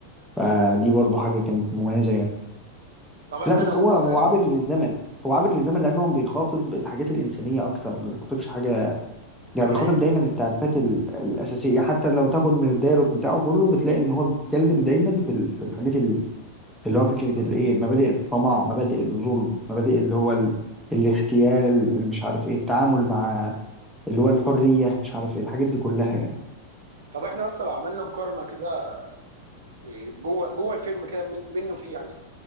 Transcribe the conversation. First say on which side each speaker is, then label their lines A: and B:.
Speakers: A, in the centre; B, on the right.
A: فدي
B: ايوه ايوه
A: برضو حاجة كانت مميزة يعني
B: طب احنا
A: لا بس
B: لو
A: هو هو عابر للزمن هو عابر للزمن لانه بيخاطب الحاجات الانسانية اكتر ما بيخاطبش حاجة
B: صحيح
A: يعني بيخاطب دايما التعريفات ال- الأساسية حتى لو تاخد من الديالوج بتاعه كله بتلاقي إن هو بيتكلم دايما في ال- في الحاجات ال- اللي هو فكرة
B: صح
A: الإيه مبادئ الطمع مبادئ الظلم مبادئ اللي هو
B: بالظبط
A: ال... الاغتيال مش عارف إيه التعامل مع اللي هو الحرية مش عارف إيه الحاجات دي كلها يعني
B: طب احنا اصلا لو عملنا مقارنه كده إيه، جوه جوه الفيلم كده من- منه فيه يعني